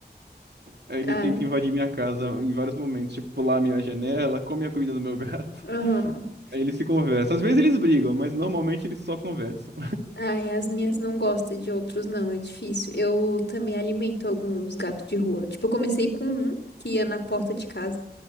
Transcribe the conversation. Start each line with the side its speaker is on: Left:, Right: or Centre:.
Right: Aí ele
Left: Ah,
Right: tenta invadir minha casa em vários momentos, tipo pular a minha janela, come a comida do meu gato.
Left: aham.
Right: <laughs> Aí eles se conversam. Às vezes eles brigam, mas normalmente eles só conversam.
Left: Ah, e as minhas não gostam de outros, não, é difícil. Eu também alimento alguns gatos de rua. Tipo, eu comecei com um que ia na porta de casa.